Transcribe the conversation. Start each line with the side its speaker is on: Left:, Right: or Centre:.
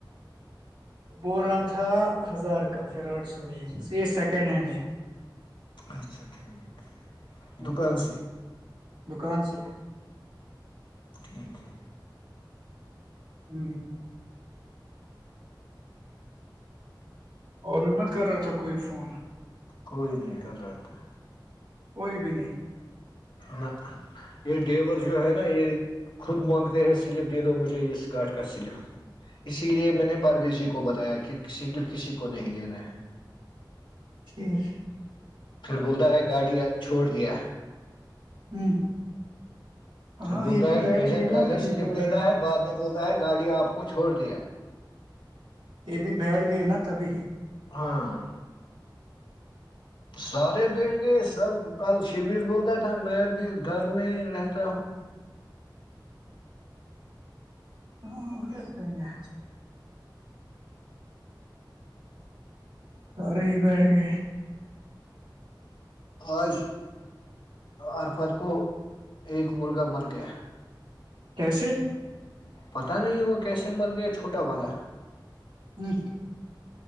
Right: بو رہا تھا ہزار کا فراٹ سوری یہ سیکنڈ ہینڈ ہے
Left: اچھا ٹھیک
Right: ہوں،
Left: دکان سے
Right: دکان سے
Left: ٹھنیک ہے
Right: ہ اور بھی مت کر رہا تھا کوئی فون
Left: کوئی نہیں کر رہا تھا
Right: کوئی بھی نہیں
Left: نہ یہ ڈیور جو ہے نا یہ خود مانگتے ہیں سلپ دے دو مجھے اس گارڈ کا سلپ اسی لیے میں نے پارویر جی کو بتایا کہ سلپ کسی کو نہیں دینا ہے
Right: خیش
Left: پھر بولتا ہے گاڑی چھوڑ دیا
Right: ہوں، ہاں
Left: سر بولتا
Right: یہ بھی
Left: ہے
Right: بیٹھ
Left: جیسے
Right: گئے
Left: پہلے
Right: نا تبھی
Left: سلپ
Right: بول
Left: لیتا
Right: رہے ہیں
Left: ہے بعد میں بولتا ہے گاڑی آپ کو چھوڑ دیا
Right: یہ بھی بیٹھ گئے نا تبھی
Left: ہاں سارے بیٹھ گئے سب کل شبر بولتا تھا میں بھی گھر میں ہی رہتا ہوں
Right: ہاں اسے کریں گے س رہے ہی بیٹھ گئے
Left: آج عرفر کو ایک مرغہ مر گیا
Right: کیسے
Left: پتا نہیں وہ کیسے مر گیا چھوٹا والا ہے
Right: ہوں